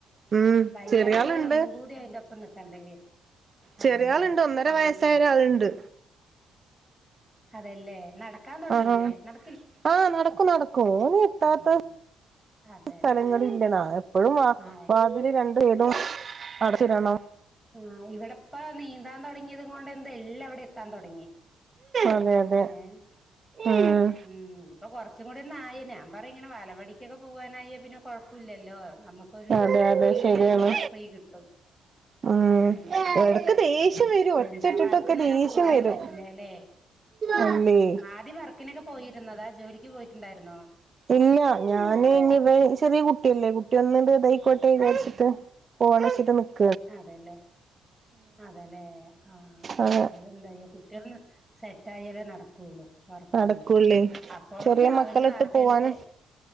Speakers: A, on the right; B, in the centre.
A: ഉം
B: വയ്യാണ്ടായ
A: ചെറിയ ആളുണ്ട്
B: ഒന്നും കൂടി അയിന്റെ ഒപ്പം നിൽക്കേണ്ട വരും അതല്ലേ
A: ചെറിയ ആളുണ്ട് ഒന്നര
B: ഉം
A: വയസ്സായ
B: ഉം
A: ഒരാളുണ്ട്
B: അതല്ലേ നടക്കാൻ തുടങ്ങില്ലേ
A: ആഹ്
B: നട
A: ആഹ് നടക്കും നടക്കും ഓന്റെ ഇത്താത്ത
B: ആ അതെല്ലെ
A: സ്ഥലങ്ങളില്ലനാ എപ്പോഴും വാ
B: ആ
A: വാതിൽ രണ്ടും വീടും അടച്ചിടണം
B: ആഹ് ഇവിടിപ്പൊ നീന്താൻ തുടങ്ങിയത് കൊണ്ട് എന്താ എല്ലാം അവിടെ എത്താൻ തുടങ്ങി
A: അതെ അതെ
B: ഏഹ്
A: ഉം
B: ഉം ഇപ്പൊ കൊറച്ചും കൂടി ഒന്ന ആയി ഞാൻ പറ ഇങ്ങനെ വാലപടിക്കൊക്കെ പോവാനായി പിന്നെ കുഴപ്പമില്ലല്ലോ നമുക്കൊരു
A: അതെ അതെ
B: തിരിങ്ങില
A: ശരിയാണ്
B: ഒരു ഫ്രീ കിട്ടും
A: ഉം
B: അങ്ങനെയൊക്കെ ആയിട്ടും
A: എടക്ക് ദേഷ്യം വരും ഒച്ചട്ടിട്ടൊക്കെ
B: എന്താ വർക്കിനൊന്നും
A: ദേഷ്യം
B: പോവാനും
A: വരും
B: പറ്റില്ലാല്ലേ
A: അല്ലേ
B: ഉം ആദ്യം വർക്കിനൊക്കെ പോയിരുന്നതാ ജോലിക്ക് പോയിട്ടുണ്ടായിരുന്നോ
A: ഇല്ല ഞാന് ഇനി ചെറിയ കുട്ടിയല്ലേ കുട്ടി ഒന്നണ്ട് ഇതായിക്കോട്ടെ വിചാരിച്ചിട്ട് പോണം ച്ചിട്ട് നിക്.
B: അതെല്ലേ അതെല്ലേ ആഹ്
A: അതെ
B: അതെന്താ കെട്ടിയവൻ സെറ്റ് ആയാലേ നടക്കുള്ളൂ വറക്കിന്
A: നടക്കൂല്ലേ
B: പോക്കും അപ്പോഴും
A: ചെറിയ
B: രാവിലെ
A: മക്കളിട്ട്
B: നാരത്തെണിക്ക്
A: പോവാനും